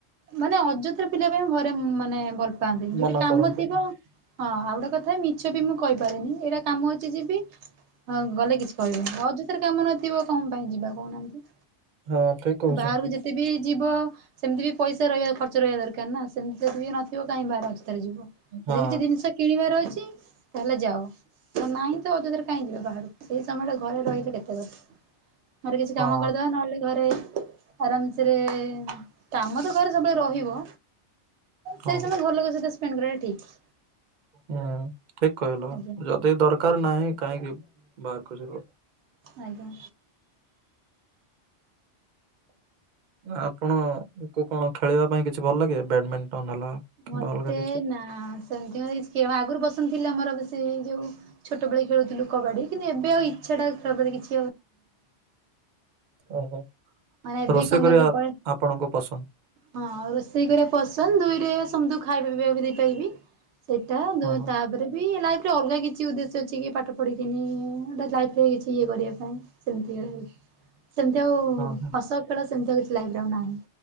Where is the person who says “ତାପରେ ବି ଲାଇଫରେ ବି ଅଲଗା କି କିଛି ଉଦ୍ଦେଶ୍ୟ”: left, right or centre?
Right